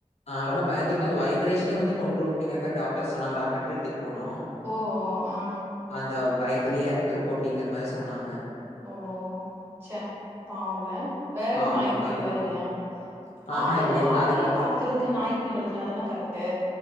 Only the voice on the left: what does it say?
ஆ ரொம்ப பயந்துருக்கு அந்த வைப்ரேஷனே வந்து கொன்று அப்டிங்கற மாரி டாக்டர் சொன்னாங்க டாக்டர்ட்ட எடுத்துட் போனோ
அந்த பயத்துலயே எறந்திருக்கு அப்டிங்கற மாரி சொன்னாங்க
பாவம்க்கா,
ரொம்ப
கடவுளே! பாவம். ஆஹா
இல்லைங்க்கா.
அதுக்கு